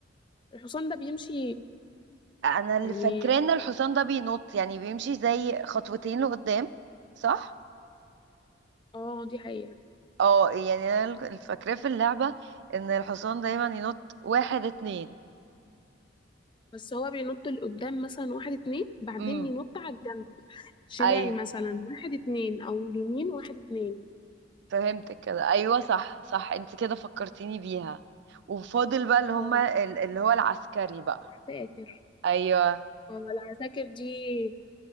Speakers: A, on the left; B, on the right.
A: الحصان ده بيمشي
B: انا اللي
A: يعني
B: فاكراه ان الحصان ده بينط يعني بيمشي زي خطوتين لقدام صح
A: اه دي حقيقة
B: اه يعني انا اللي فاكراه في اللعبة ان الحصان دايما ينط واحد اتنين
A: بس هو بينط لقدام مثلا واحد اتنين بعدين
B: امم
A: ينط على الجنب شمال
B: ايوه
A: مثلا واحد اتنين او يمين واحد اتنين
B: فهمتك كده ايوه صح صح انت كده فكرتيني بيها وفاضل بقى اللي هما
A: اه
B: ال- اللي هو العسكري بقى
A: العساكر
B: ايوه
A: اه العساكر دي